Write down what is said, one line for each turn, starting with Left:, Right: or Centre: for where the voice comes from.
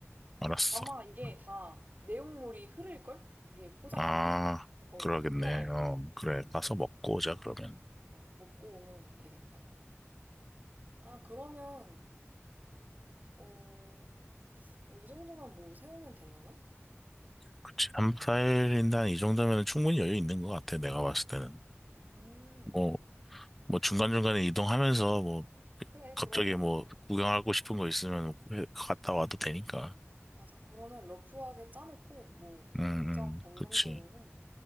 Centre: 알았어.
Right: 아마 이게
Centre: 음.
Right: 다 내용물이 흐를걸? 이게 포장하면?
Centre: 아,
Right: <laughs> 어,
Centre: 그러겠네.
Right: 불편할
Centre: 어,
Right: 거야.
Centre: 그래. 가서 먹고 오자, 그러면.
Right: 어, 먹고 오면 되겠다. 아, 그러면, 어, 어, 이 정도만 뭐 세우면 되려나?
Centre: 그치. 3박 4일인데 한이 정도면 충분히 여유 있는 것 같아, 내가 봤을 때는.
Right: 음,
Centre: 뭐, 뭐 중간중간에 이동하면서 뭐,
Right: 그래,
Centre: 갑자기
Right: 그러면.
Centre: 뭐, 구경하고 싶은 거 있으면 해- 갔다 와도 되니까.
Right: 맞아. 그러면 러프하게 짜놓고, 뭐,
Centre: 응,
Right: 일정
Centre: 응,
Right: 변경되면은
Centre: 그치.